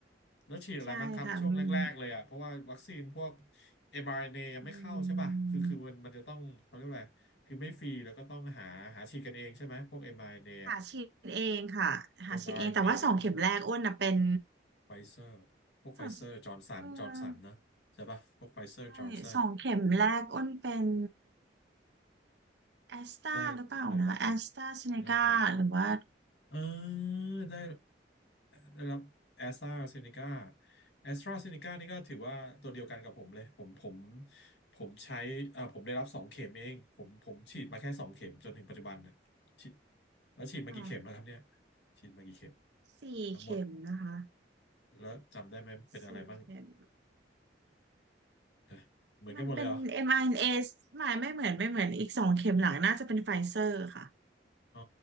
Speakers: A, on the left; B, on the right.
A: แล้วฉีดอะไรบ้างครับช่วงแรกๆเลยอ่ะเพราะว่าวัคซีนพวก
B: ใช่ค่ะอืม
A: mRNA ยังไม่เข้าใช่ป่ะคือคือมันมันจะต้องเขาเรียกว่าอะไรคือไม่ฟรีแล้วก็ต้องหาหาฉีดกันเองใช่ไหมพวก
B: อืม
A: mRNA
B: หาฉีดเองค่ะหาฉีดเองแต่ว่าสองเข็มแรกอ้นนะเป็น
A: อมอาร์เอ็นเออะ mRNA พวกไฟเซอร์พวกไฟเซอร์จอร์นสันจอร์นสันนะใช่ป่ะพวกไฟเซอร์จอร์นสัน
B: สองเออใช่สองเข็มแรกอ้นเป็นแอสตราหรือเปล่านะแอสตราเซเนกาหรือว่า
A: ได้ได้รับเลยได้รับเลยเออได้ได้รับแอสตราเซเนกาแอสตราเซเนกานี่ก็ถือว่าตัวเดียวกันกับผมเลยผมผมผมใช้อ่าผมได้รับสองเข็มเองผมผมฉีดมาแค่สองเข็มจนถึงปัจจุบันนะฉีดแล้วฉีดมากี่เข็มแล้วครับเนี่ย
B: ค่ะ
A: ฉีดมากี่เข็ม
B: สี่เข็มนะคะ
A: ทั้งหมดแล้วจำได้ไหมเป็นอะไรบ้าง
B: สี่เข็ม
A: นะเหมือนกันหมดเลยเหรอ
B: มันเป็น m i n a ไม่ไม่เหมือนไม่เหมือนอีกสองเข็มหลังน่าจะเป็นไฟเซอร์ค่ะ
A: อ๋อ